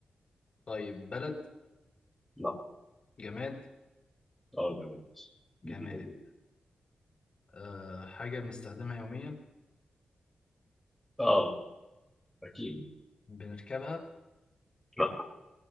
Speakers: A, on the left; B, in the centre.
A: طيب بلد
B: لا
A: جماد
B: اه جميل
A: جماد
B: جديده دي
A: آه حاجة بنستخدمها يوميا
B: اه اكيد
A: بنركبها
B: لا